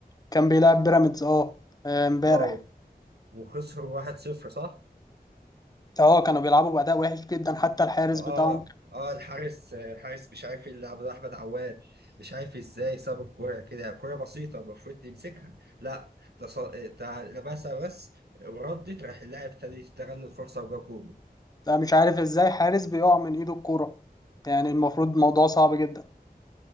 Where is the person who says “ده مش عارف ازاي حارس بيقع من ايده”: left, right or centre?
Left